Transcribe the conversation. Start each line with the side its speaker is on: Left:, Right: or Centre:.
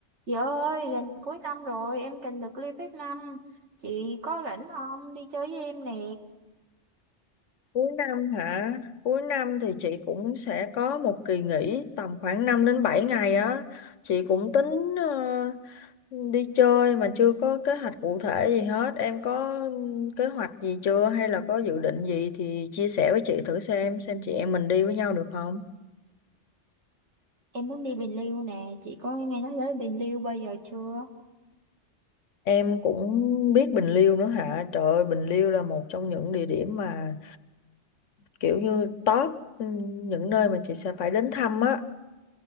Right: Chị ơi, gần cuối năm rồi, em cần được leave phép năm. Chị có rảnh không? Đi chơi với em nè.
Left: Cuối năm hả? Cuối năm thì chị cũng sẽ có một kỳ nghỉ tầm khoảng 5 đến 7 ngày á. Chị cũng tính ờ, đi chơi mà chưa có kế hoạch cụ thể gì hết. Em có kế hoạch gì chưa hay là có dự định gì thì chia sẻ với chị thử xem, xem chị em mình đi với nhau được không?
Right: Em muốn đi Bình Liêu nè. Chị có nghe nói tới Bình Liêu bao giờ chưa?
Left: Em cũng biết Bình Liêu nữa hả? Trời ơi, Bình Liêu là một trong những địa điểm mà kiểu như top ừ, những nơi mà chị sẽ phải đến thăm á.